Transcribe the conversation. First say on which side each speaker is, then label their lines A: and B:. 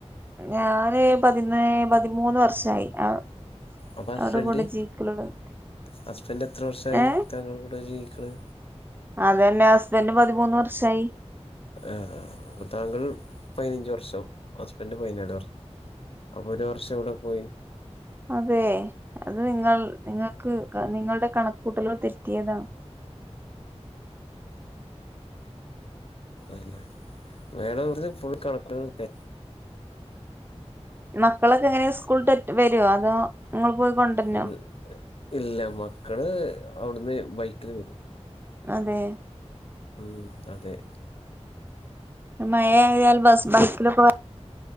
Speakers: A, on the right (about 20°); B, on the left (about 55°).
A: ഞാന് പതിനേ പതിമൂന്ന് വർഷായി ആ
B: അപ്പൊ ഹസ്ബൻഡ്
A: അവരുടെ കൂടെ ജീവിക്കല് തൊടങ്ങി
B: ഹസ്ബൻഡ് എത്ര വർഷമായി
A: ഏ
B: താങ്കൾ കൂടെ ജീവിക്കണ്
A: അതെന്നെ ഹസ്ബന്ഡ് പതിമൂന്ന് വർഷായി
B: ആ അപ്പൊ താങ്കൾ പതിനഞ്ച് വർഷവും ഹസ്ബൻഡ് പതിനാല് വർഷം അപ്പൊ ഒരു വർഷം എവിടെ പോയി
A: അതെ അത് നിങ്ങൾ നിങ്ങൾക്ക് നിങ്ങളുടെ കണക്കൂട്ടലോ തെറ്റിയതാ
B: അന്നെ മേഡം കുറച്ച് ഫുൾ കണക്കുകൾ തെ
A: മക്കളൊക്കെ എങ്ങനെ സ്കൂള് ത വരോ അതോ നിങ്ങൾ പോയി കൊണ്ടരണോ
B: ഇ ഇല്ല മക്കള് അവിടുന്ന് ബൈക്കില് വരും
A: അതെ
B: ഉം അതെ
A: മഴ ആയാല് ബസ് ബസിലൊക്കെ വന്ന